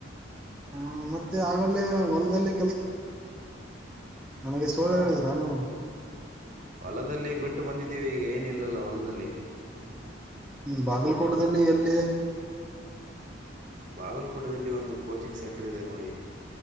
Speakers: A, in the centre; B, on the right (about 40°).
A: ಹ ಮತ್ತೆ ಆಗಲೆೇ ಹೊಲ್ದಲ್ಲಿ ನನಗೆ ಸುಳ್ಳು
B: ಹ
A: ಹೇಳಿದ್ರಾ ನೀವು
B: ಹೊಲದಲ್ಲಿ ಬಿಟ್ಟು ಬಂದಿದ್ದೀವಿ ಈಗ ಏನಿಲ್ಲಲ್ಲ ಹೊಲದಲ್ಲಿ ಕಲೆ
A: ಹ್ಮ್ ಬಾಗಲ್ಕೋಟದಲ್ಲಿ ಎಲ್ಲಿ
B: ಬಾಗಲ್ಕೋಟದಲ್ಲಿ ಒಂದು ಕೋಚಿಂಗ್ ಸೆಂಟರ್ ಇದೆ ನೋಡಿ